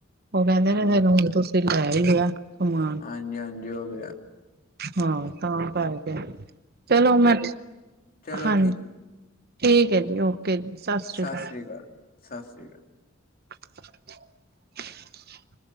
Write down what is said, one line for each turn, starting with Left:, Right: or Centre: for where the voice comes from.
Right: ਓ ਕਹਿੰਦੇ
Left: ਹਾਂਜੀ
Right: ਨੇ ਫੇਰ ਹੁਣ ਤੁਸੀਂ ਲੈ ਈ ਲਿਆ ਸਮਾਨ।
Left: ਹਾਂਜੀ, ਹਾਂਜੀ ਓ ਵੀ
Right: ਹਾਂ, ਤਾਂ ਪਾਏ। ਚਲੋ ਮੈਂ
Left: ਚਲੋ
Right: ਹਾਂਜੀ ਠੀਕ ਆ ਜੀ ਓਕੇ। ਜੀ ਸਤਿ
Left: ਸਾਸਰੀ
Right: ਸ਼੍ਰੀ ਅਕਾਲ
Left: ਕਾਲ, ਸਾਸਰੀ ਕਾਲ।
Right: <inaudible>